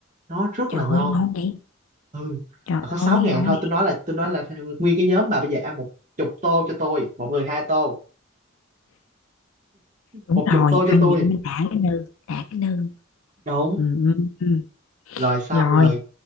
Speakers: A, on the right; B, on the left.
A: nó rất
B: Trời
A: là ngon
B: ơi ngon vậy
A: ừ
B: Trời
A: mà có sáu
B: ơi
A: ngàn
B: ngon
A: thôi
B: này
A: tôi nói là tôi nói là nguyên cái nhóm mà bây giờ ăn một chục tô cho tôi một người hai tô
B: Đúng
A: một
B: rồi
A: chục tô
B: ăn
A: cho tôi
B: vậy cho mình đã cái nư Đã cái nư
A: đúng
B: ừ, ừ, ừ.
A: rồi xong
B: Rồi
A: rồi